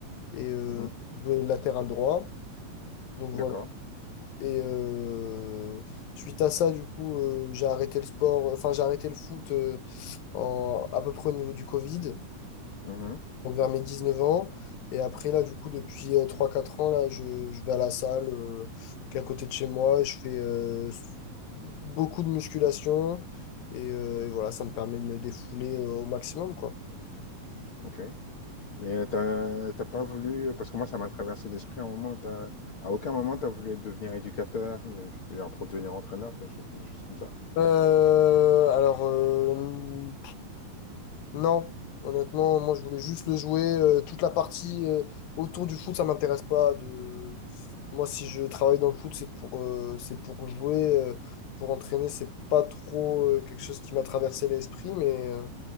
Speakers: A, on the left; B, on the left.
A: et euh,
B: mhm,
A: doué latéral droit. Donc
B: d'accord.
A: voilà. Et euh, suite à ça, du coup, euh, j'ai arrêté le sport, enfin, j'ai arrêté le foot euh, en, à peu près au niveau du Covid
B: Mhm,
A: donc vers mes 19 ans. Et après, là, du coup, depuis euh, 3-4 ans, là, je, je vais à la salle euh, qui est à côté de chez moi et je fais euh, beaucoup de musculation. Et, euh, et voilà, ça me permet de me défouler euh, au maximum, quoi.
B: ok. Mais euh, t'as t'as pas voulu, euh, parce que moi ça m'a traversé l'esprit à un moment, t'as- à aucun moment t'as voulu être- devenir éducateur, mais, genre pour devenir entraîneur, des choses, des choses comme ça.
A: Euh, alors, euh, Non, honnêtement, moi je voulais juste le jouer. euh, toute la partie euh, autour du foot, ça m'intéresse pas. De... Moi, si je travaille dans le foot, c'est pour, euh, c'est pour jouer, euh, pour entraîner. C'est pas trop euh, quelque chose qui m'a traversé l'esprit, mais, euh,